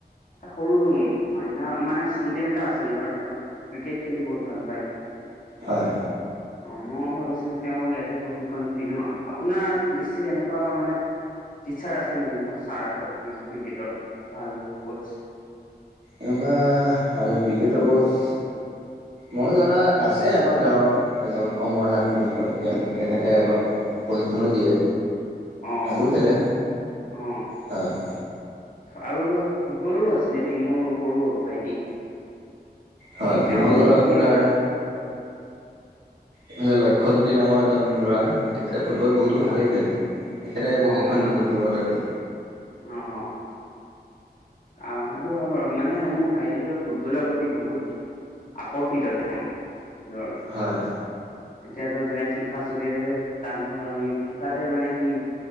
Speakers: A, on the left; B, on the right.
A: এটা সৰু মাইনা মানে ষ্টুডেন্ট এটা আছিল ধৰ তেওঁ ক্ৰিকেট খেলি বহুত ভাল পায়।
B: হয়।
A: অ, মই ভাবিছিলো তেওঁ ইয়াতে প্ৰশিক্ষণ দি দিওঁ আপোনাৰ নিশ্চিত এনেকুৱা মানে টিচাৰ আছে নেকি ছাৰ এনেকুৱা ক্ৰিকেটৰ ভাল কোচ
B: এনেকুৱা ভাল ক্ৰিকেটৰ কোচ মই জনাত
A: অ
B: আছে আমাৰ গাঁৱৰ। এজন অমৰনাথ বুলি কয় তেওঁ তেখেতে অলপ প্ৰশিক্ষণো দিয়ে।
A: অ
B: ভালো খেলে,
A: অ
B: হয়। <inaudible>
A: আৰু ধৰক ফুটবলৰো আছিলে দেই মোৰ সৰু ভাইটি।
B: হয়
A: উম,
B: ফুটবলৰ
A: তেওঁ ধৰ
B: আপোনাৰ
A: সেই
B: ইফালে লক্ষ্যয়জ্যোতি নামৰ এজন ল'ৰা তেখেতে ফুটবল বহুতো ভালেই খেলে। তেখেতে
A: অ',
B: প্ৰশিক্ষণ
A: ন
B: দি ফুটবলৰ তাতে
A: অ'। অ, সেইটো হয় বাৰু মানে মোৰ ভাইটি ফুটবলৰ প্ৰতি বহুত আকৰ্ষিত তেওঁ ধৰ
B: হয়
A: এতিয়া ধৰ যেনে ফিফা চলি আছে তাক ধৰ আমি ফিফাতে মানে সি